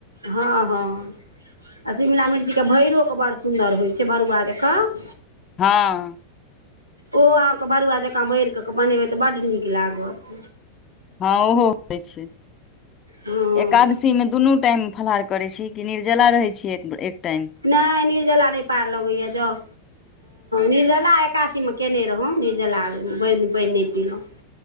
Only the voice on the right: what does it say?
हँ हँ आ शिमला मिर्चीके भरिरोके बड़ सुन्दर होइ छै भरुआ जेकऽ
ओ अहाँके भरुआ जकाँ भरि कऽ बनेबै तऽ बड्ड नीक लागत
हँ
नहि निर्जला नहि पार लगैया जाउ निर्जला एकासीमे कयने रहौँ निर्जला भरि दिन पैन नहि पीलहुँ